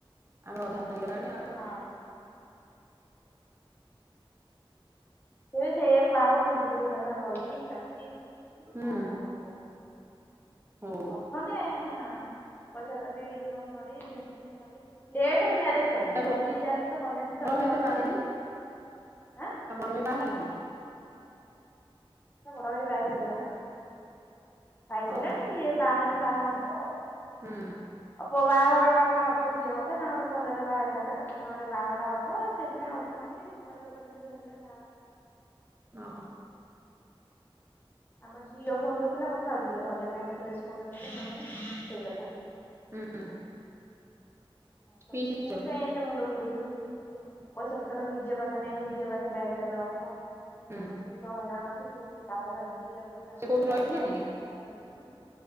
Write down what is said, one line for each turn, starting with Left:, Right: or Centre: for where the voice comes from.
Right: ଆମର ଅଧା ହେଇଗଲାଣି।
Left: ହଁ। ସେ ସେଇଆକୁ ବାହାହବ ବୁଲ୍ ବୁଲ୍ ର ତାର ରହିଛି ଚାଲିଛି
Right: ହୁଁ
Left: ବାହାଘର ହବ।
Right: ହଉ।
Left: ଅଛନ୍ତି ଏଇ ଆ ପଇସା ପତର ଟିକେ ଇନକମ୍ କରି ଜିନିଷ ପିନିଷ କରି ଲେଟ୍ ରେ ମ୍ୟାରେଜ୍ କରିବେ
Right: ତା
Left: ସବୁ ଯିଏ ଯାହା ସହିତ କନେକ୍ସନ୍
Right: ବଡ ଭାଇ
Left: ରେ ଅଛନ୍ତି
Right: ତ ବାହା ହେଇନି
Left: ଆଁ
Right: ତା ବଡ଼ ଭାଇ ବାହାହେଲାନି ଲୋ?
Left: ତା ବଡ ଭାଇ ବହାହେଇ ସାରିଲାଣି ନା କଣ ବାହା ହେଇ ସାରିଲାଣି
Right: ଓହୋ
Left: ଇଏ ବାହା ହେଇନି ବାହା ହବ ଆଉ।
Right: ହୁଁ।
Left: ଆ ପୁଅ ବାହାଘର ଟା କଣ ଛୋଟିଆ କଥା ତାଙ୍କର ଭଲରେ ବାହା ଯାକ ଜକ କୁମରେ ବାହାଘର ହବ ସେଥିପାଇଁ ଅଛନ୍ତି ପଇସା ପତ୍ର ଟିକେ ହେଲେ ବାହାହବ।
Right: ଅ ହ।
Left: ଆମ ଝିଅ ଫୋନ୍ କରିଥିଲା କଥା ହୋଉଥିଲୁ ରଜ ପାଇଁ ଡ୍ରେସ୍ କଲଣି କି ନାଇଁ ସେଇ କଥା ଟା।
Right: ଉଁ ଉଁ।
Left: ନ କଲେ
Right: ପିଇସି
Left: ତୁ
Right: ଝିଅ
Left: ପେଏଁ। ଏତେ ମୁଣ୍ଡ ପୁରୋଉଛୁ ପଇସା ପତ୍ର ନିଜ ପାଖରେ ନାଇଁ ନିଜ ପାଖରେ ଆଗରେ ରଖ।
Right: ହୁଁ
Left: ଆଉ ତୁ ତ ହଇରାଣ ହୋଉଛୁ ତୁ କାହା କଥା ଯିଏ ଯା ପଇସା
Right: ସେ
Left: ମାଗିବ
Right: କୋଉଠି
Left: କାହାକୁ
Right: ରହିଲାଣି
Left: ଦେନା।
Right: କି ମୁଁ
Left: ତାର ହେଇଥାନ୍ତା